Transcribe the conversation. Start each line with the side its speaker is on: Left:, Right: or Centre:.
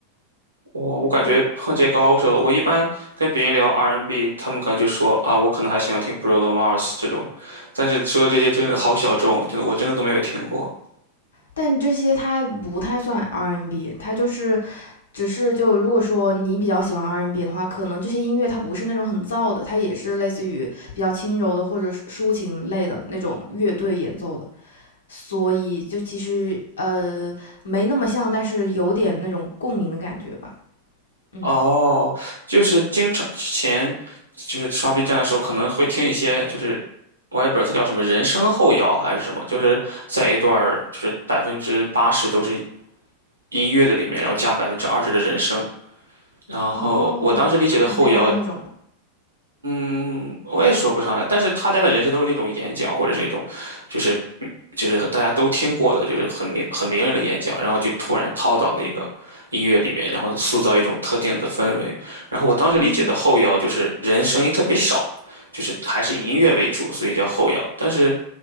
Right: 我我感觉碰见高手了。
Left: 就
Right: 我一般跟别人聊 R&B，N 他们可能就说啊，我可能还喜欢听 Bruno Mars 这种，但是说这些真的好小众，真的我真的都没有听过。
Left: 但这些它不太算 R&B，n 它就是只是就如果说你比较喜欢 R&B n 的话，可能这些音乐它不是那种很燥的，它也是类似于比较轻柔的或者是抒情类的那种乐队演奏的，所以就其实呃没那么像，但是有点那种共鸣的感觉吧，嗯。
Right: 哦，就是经常之前就是刷 B 站的时候，可能会听一些，就是我也不知道它叫什么人声后摇还是什么，就是在一段儿就是百分之八十都是音乐的里面，然后加百分之二十的人声。然后我当时理解的后摇
Left: 哦，阿卡贝拉那种吗？
Right: 嗯，我也说不上来，但是他家的人设都是那种演讲，或者是那种，就是就是大家都听过的，就是很名很名人的演讲，然后就突然套到那个音乐里面，然后塑造一种特定的氛围。然后我当时理解的后摇就是人声音特别少，
Left: 嗯
Right: 就是还是以音乐为主，所以叫后摇。但是